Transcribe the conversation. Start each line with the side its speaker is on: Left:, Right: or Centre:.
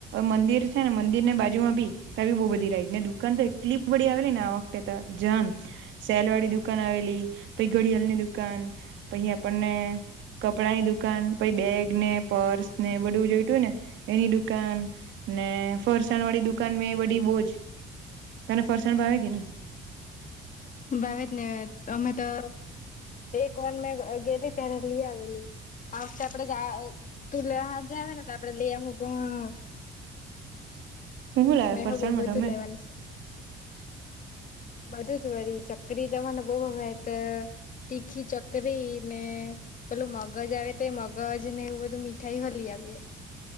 Right: મંદિર છે ને મંદિર ને બાજુમાં બી ત બી બહુ બધી રાઈટ ને દુકાન તો એટલી બડીી આવેલી ને આ વખતે જામ સેલવાડી દુકાન આવેલી પછ ઘડિયાળ ની દુકાન પછી આપણને કપડા ની દુકાન પ બેગ ને પર્સ ને બધું જોયતું હોય ને એની દુકાન. ને ફરસાણ વાળી દુકાન મે બધી બોજ તને ફરસાણ ભાવે કે નહી?
Left: ભાવ જ ન અમે તો એક વાન મેં ગેલી ત્યારે લી આવેલી. આ વખતે આપડે જ તુંલે લે હાત જાવ ને તો આપડે લે હું ઘણુ.
Right: <inaudible> હું હું લાવે
Left: મે
Right: ફરસાણમાં
Left: હ બો બધું
Right: તમે
Left: લેવાનું છે. બધું જ વરી ચકરી તવાને બહત તીખી ચકરી ને પેલું મગજ આવે તો એ મગજ ને એવું બધું મીઠાઈ હો લેવીએ.